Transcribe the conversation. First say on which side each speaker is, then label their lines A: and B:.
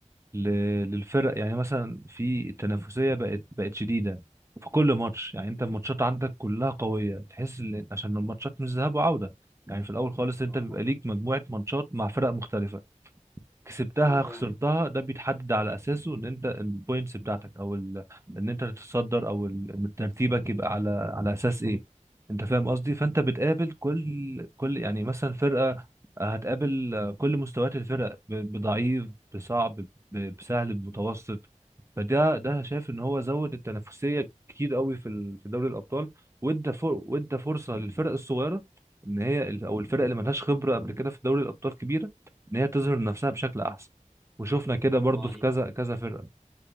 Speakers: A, on the right; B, in the centre.
A: ل- للفرق يعني مثلا في التنافسيه بقت بقت شديده في كل ماتش يعني انت الماتشات عندك كلها قويه تحس ان عشان الماتشات مش ذهاب وعوده يعني في الاول خالص انت
B: اه
A: بيبقى ليك مجموعه ماتشات مع فرق مختلفه كسبتها
B: اه فعلا
A: خسرتها ده بيتحدد على اساسه ان انت البوينتس بتاعتك او ال... ان انت تتصدر او ال- ترتيبك يبقى على على اساس ايه انت فاهم قصدي فانت بتقابل كل كل يعني مثلا فرقه آه، هتقابل كل مستويات الفرق ب... بضعيف بصعب ب... بسهل بمتوسط فده ده شايف ان هو زود التنافسيه كتير قوي في ال... في دوري الابطال وادى فر... وادى فرصه للفرق الصغيره ان هي او الفرق اللي ملهاش خبره قبل كده في دوري الابطال كبيره ان هي تظهر نفسها بشكل احسن وشفنا كده برضو
B: الله عليك
A: في كذا كذا فرقه